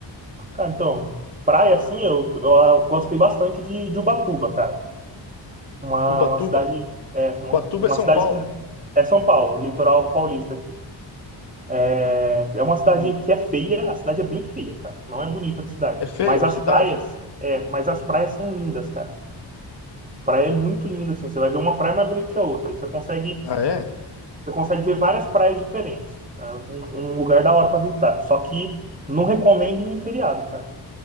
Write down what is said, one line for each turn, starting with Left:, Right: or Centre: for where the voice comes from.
Right: cara, então, praia assim, eu, eu gostei bastante de, de Ubatuba, cara. Uma,
Left: Ubatuba.
Right: uma cidade, é, uma,
Left: Ubatuba
Right: uma
Left: é São
Right: cidade
Left: Paulo.
Right: com. É São Paulo, litoral paulista aqui. É, é uma cidade
Left: Hum.
Right: que é feia, a cidade é bem feia, cara. Não é bonita a cidade.
Left: É feia
Right: Mas
Left: a
Right: as
Left: cidade?
Right: praias, é, mas as praias são lindas, cara. Praia é muito linda, assim. Você vai ver uma praia mais bonita que a outra. E você consegue,
Left: Ah, é?
Right: você consegue ver várias praias diferentes. É um, um lugar da hora pra visitar. Só que não recomendo ir em feriado, cara.